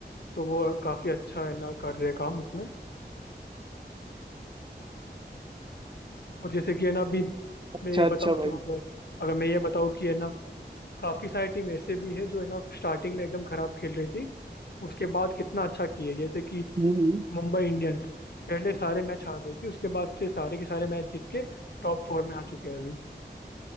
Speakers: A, on the left; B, on the right.
A: तो वो काफी अच्छा है ना कर रहे हैं काम उसमें और जैसे कि है ना अभी
B: अच्छा
A: मैं ये बताऊँ
B: अच्छा
A: तो
B: भाई
A: अगर अगर मैं ये बताऊँ कि है ना काफी सारी टीम ऐसे भी है जो है ना स्टार्टिंग में एकदम खराब खेल रही थी उसके बाद कितना अच्छा किए जैसे कि
B: हम्म
A: मुंबई इंडियंस पहले सारे मैच हार रही थी उसके बाद से सारे के सारे मैच जीत के टॉप फोर में आ चुके हैं अभी